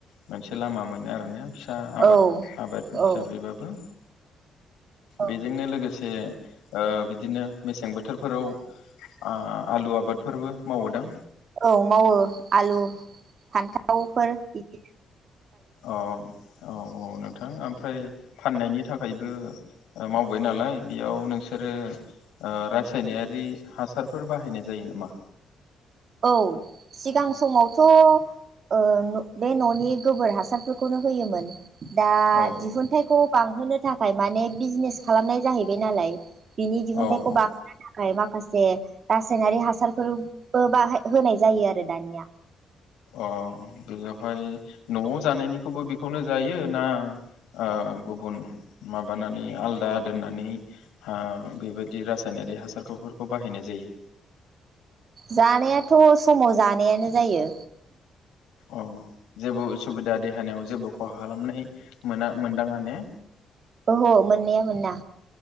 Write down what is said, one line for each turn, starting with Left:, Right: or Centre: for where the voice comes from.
Left: मोनसे लामा मोनो आरोना फिसा आबाद
Right: औ
Left: आबाद
Right: औ
Left: हिसाबैबाबो
Right: औ
Left: बेजोंनो लोगोसे दे ओ बिदिनो मेसें बोथोरफोराव ओ आलु आबादफोरबो मावोदों
Right: औ मावो आलु फान्थावफोर बिदिनो
Left: औ औ औ नोंथां ओमफ्राय फाननायनि थाखायबो मावबाय नालाय बेयाव नोंसोरो ओ सायनायारि हासारफोर बाहायनाय जायो नामा
Right: औ सिगां समावथ ओ बे ननि गोबोर हासारफोरखौनो होयोमोन दा
Left: औ
Right: दिहुनथाइखौ बांहोनो थाखाय माने बिजनेस खालामनाय जाहैबाय नालाय बिनि दिहुनथाइखौ
Left: औ औ
Right: बां <unintelligible> नो थाखाय मा खासे रासायनारि हासारफोर बो बाहा होनाय जायो आरो दानिया
Left: अ बेयावहाय नआव जानायनिखौबो बेखौनो जायो ना ओ गुबुन माबानानै आलादा दोननानै हा बेबायद बिदि रासायनारि हासारखौफोर <unintelligible> बाहायनाय जायो
Right: जानायाथ समाव जानायानो जायो।
Left: अ जेबो उसुबिदा देहानियाव जेबो खहा खालामनाय मोना मोनदाङा ने?
Right: ओह मोननाया मोना